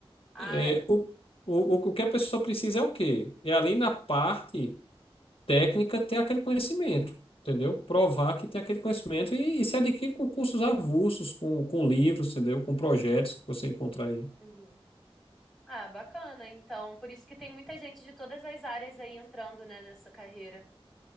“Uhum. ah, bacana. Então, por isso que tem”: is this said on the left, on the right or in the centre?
Centre